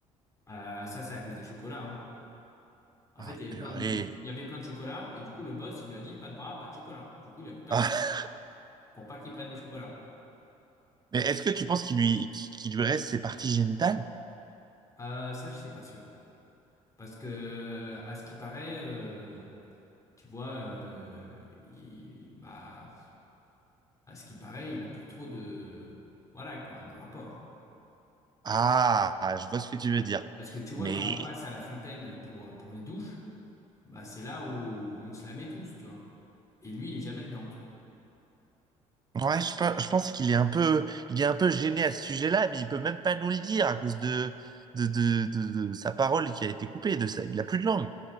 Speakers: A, on the left; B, on the right.
A: Euh, ça c'est à cause des chocolats. hein. En
B: Ah,
A: fait, il y avait
B: purée.
A: plein de, il y avait plein de chocolats, et du coup le boss il lui a dit pas de bras, pas de chocolat. Du coup il lui a coupé
B: Ah,
A: un bras pour pas qu'il prenne les chocolats.
B: mais est-ce que tu penses qu'il lui... qu'il lui reste ses parties génitales?
A: Euh, ça je sais pas sûr, parce que à ce qui paraît, euh, tu vois, euh, il, bah, à ce qui paraît, il a plus trop de, voilà quoi, de rapport.
B: Ah, je vois ce que tu veux dire.
A: Parce que tu vois,
B: Mais
A: quand on passe à la fontaine pour, pour les douches, bah c'est là où on se la met tous, tu vois. Et lui, il est jamais dedans, tu vois.
B: Ouais, je, pe- je pense qu'il est un peu, il est un peu gêné à ce sujet-là, mais il peut même pas nous le dire à cause de, de, de, de, de sa parole qui a été coupée, de ça. Il a plus de langue.